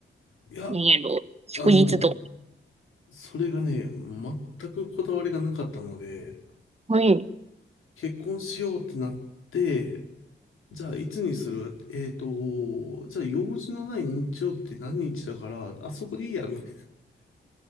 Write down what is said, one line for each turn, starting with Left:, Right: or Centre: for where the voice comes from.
Left: いや、
Right: なんやろ、祝日とか。
Left: あの、それがね、全くこだわりがなかったので、
Right: はい。
Left: 結婚しようってなって、じゃあ、いつにするえっと、じゃあ、用事のない日曜日って何日だから、あそこでいいや、みたい